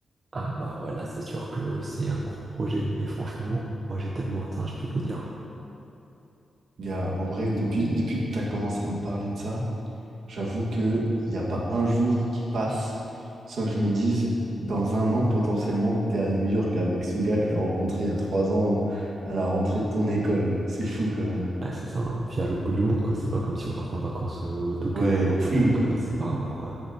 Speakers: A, on the right; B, on the right.
A: Ah, bah ouais, là, c'est sûr que c'est un gros projet, mais franchement, moi, j'ai tellement atteint, je peux te le dire.
B: Gars, en vrai, depuis, depuis que tu as commencé à me parler de ça, j'avoue qu'il n'y a pas un jour qui passe sans que je me dise, dans un an, potentiellement, tu es à New York avec ce gars que tu as rencontré il y a trois ans euh, à la rentrée de ton école. C'est fou, quand même.
A: Ah, c'est ça, hein. Puis à l'autre bout du monde, quoi. C'est pas comme si on partait en vacances euh, au Touquet
B: Ouais,
A: ou
B: de fou.
A: machin et tout, là, c'est vraiment. euh,